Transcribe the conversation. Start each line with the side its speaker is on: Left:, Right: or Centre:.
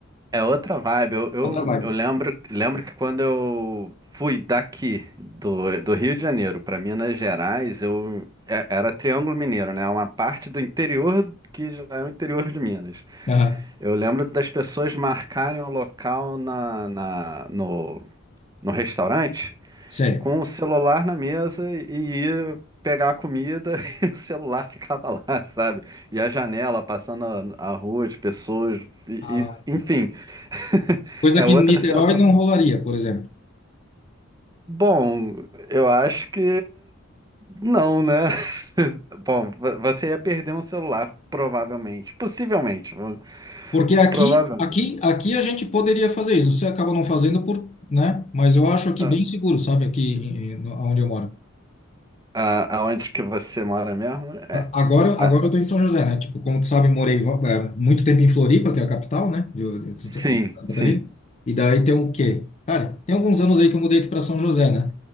Right: é outra vibe. Eu, eu,
Left: É outra vibe.
Right: eu lembro, lembro que quando eu fui daqui, do, do Rio de Janeiro para Minas Gerais, eu é- era Triângulo Mineiro, né? Uma parte do interior que já é o interior de Minas.
Left: Aham.
Right: Eu lembro das pessoas marcarem o local na, na, no, no restaurante.
Left: Sério.
Right: com o celular na mesa e ia pegar a comida <laughs> e o celular ficava lá, sabe? E a janela passando a, a rua de pessoas, e,
Left: Ah,
Right: e- enfim, <laughs>
Left: Coisa
Right: é
Left: que
Right: outra
Left: em Niterói
Right: sensação.
Left: não rolaria, por exemplo.
Right: Bom, eu acho que não, né? <laughs> Bom, vo- você ia perder um celular, provavelmente. Possivelmente, vo-
Left: Porque aqui,
Right: provavelmente.
Left: aqui, aqui a gente poderia fazer isso. Você acaba não fazendo por, né? Mas eu acho aqui
Right: A-
Left: bem seguro, sabe? Aqui, em- em- no- onde eu moro.
Right: a- Aonde que você mora mesmo? É,
Left: A- Agora,
Right: a-
Left: agora eu tô em São José, né? Tipo, como tu sabe, morei eh, muito tempo em Floripa, que é a capital, né? De, de Santa
Right: sim,
Left: Catarina.
Right: sim.
Left: E daí tem o quê? Cara, tem alguns anos aí que eu mudei aqui para São José, né?